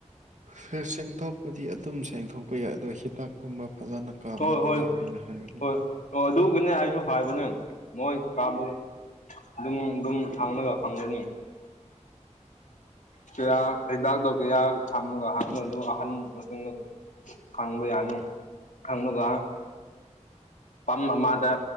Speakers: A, on the right; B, on the left.
A: <unintelligible> ꯁꯤꯡꯊꯣꯛꯄꯗꯤ ꯑꯗꯨꯝ ꯁꯦꯡꯊꯣꯛꯄ ꯌꯥꯏ ꯑꯗꯣ ꯍꯤꯗꯥꯛꯀꯨꯝꯕ ꯐꯖꯅ ꯀꯞꯅꯕꯅꯦ
B: ꯍꯣꯏ ꯍꯣꯏ
A: ꯑꯩꯅ ꯍꯥꯏꯕꯗꯤ
B: ꯍꯣꯏ ꯑꯣ ꯑꯗꯨꯒꯅꯦ ꯑꯩꯁꯨ ꯍꯥꯏꯕꯅꯦ ꯃꯣꯏ ꯀꯥ <unintelligible> ꯗꯨꯝ ꯗꯨꯝ ꯍꯪꯉꯒ ꯈꯪꯒꯅꯤ ꯀꯌꯥꯝ ꯍꯤꯗꯥꯛ ꯇꯣ ꯀꯦꯌꯥ ꯊꯝꯒ <unintelligible> ꯈꯪꯕ ꯌꯥꯅꯤ ꯈꯪꯉꯥꯒ ꯄꯝ ꯑꯃꯗ